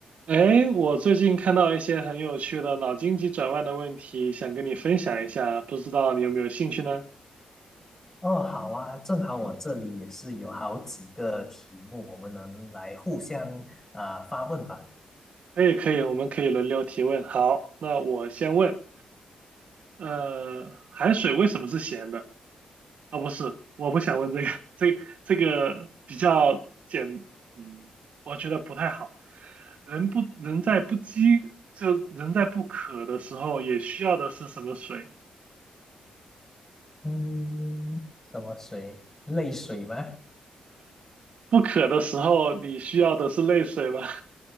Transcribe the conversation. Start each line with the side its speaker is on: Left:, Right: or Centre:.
Right: 哎，我最近看到一些很有趣的脑筋急转弯的问题，想跟你分享一下，不知道你有没有兴趣呢？
Left: 哦，好啊，正好我这里也是有好几个题目，我们能来互相啊、发问吧。
Right: 可以，可以，我们可以轮流提问。好，那我先问，呃，海水为什么是咸的？啊、不是，我不想问这个，<laughs> 这这个比较简，嗯，我觉得不太好。人不人在不饥，就人在不渴的时候，也需要的是什么水？
Left: 嗯，什么水？泪水吗？
Right: 不渴的时候，你需要的是泪水吗？